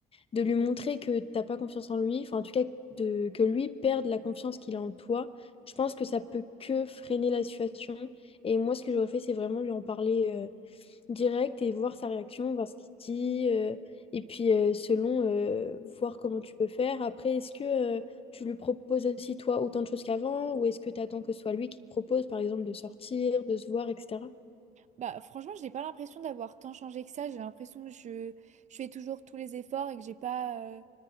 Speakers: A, on the left (about 35°); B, on the right (about 45°).
A: de lui montrer que t'as pas confiance en lui, enfin en tout cas de, que lui perde la confiance qu'il a en toi, je pense que ça peut que freiner la situation Et moi, ce que j'aurais fait, c'est vraiment lui en parler euh, direct et voir sa réaction, voir ce qu'il dit. euh, et puis, euh, selon, euh, voir comment tu peux faire. Après, est-ce que euh, tu lui proposes aussi, toi, autant de choses qu'avant? Ou est-ce que tu attends que ce soit lui qui te propose, par exemple, de sortir, de se voir, etc.
B: Bah, franchement, je n'ai pas l'impression d'avoir tant changé que ça. J'ai l'impression que je, je fais toujours tous les efforts et que j'ai pas. euh,